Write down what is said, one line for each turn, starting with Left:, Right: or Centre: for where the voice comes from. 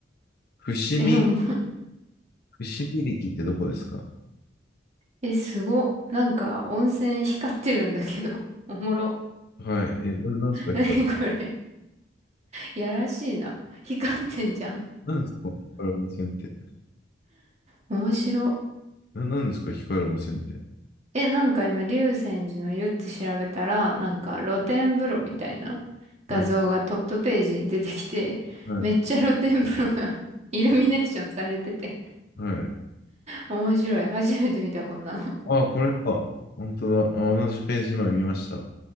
Left: 伏見
Right: え、おも、
Left: 串切りってどこですか
Right: え、すご。なんか、温泉光ってるんだけど。おもろ。
Left: はい。え、ななんですか、
Right: なにこれ。
Left: 光る、
Right: やらしいな。光ってんじゃん。
Left: なんですか、光る温泉って。
Right: 面白。
Left: な、なんですか、光る温泉って。
Right: え、なんか今、竜泉寺の湯って調べたら、なんか露天風呂みたいな
Left: はい。
Right: 画像がトップページに出てきて、
Left: はい。
Right: めっちゃ露天風呂が <laughs> イルミネーションされてて、
Left: はい。
Right: 面白い。初めて見た、こんなの。
Left: ああ、これか。本当だ。あ、同じページ今見ました。